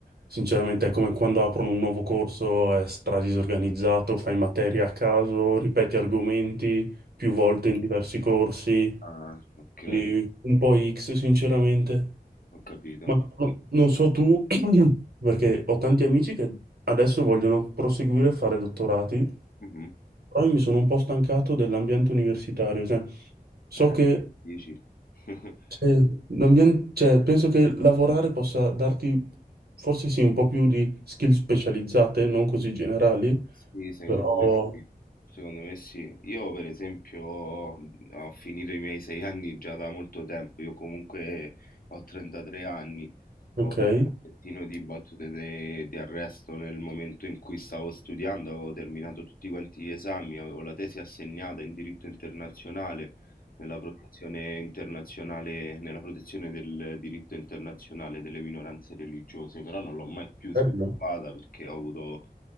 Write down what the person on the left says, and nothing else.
Ah, ok,
ho capito.
Mhm.
Eh,
dici. <laughs>
Sì, secondo
me sì. Secondo me sì. Io per esempio ho, ho finito i miei sei anni già da molto tempo, io comunque ho 33 anni, ho
avuto
un pochettino di battute de- di arresto nel momento in cui stavo studiando, avevo terminato tutti quanti gli esami, avevo la tesi assegnata in diritto internazionale, nella protezione internazionale, nella protezione del diritto internazionale delle minoranze religiose, però non l'ho mai più sviluppata
perché ho avuto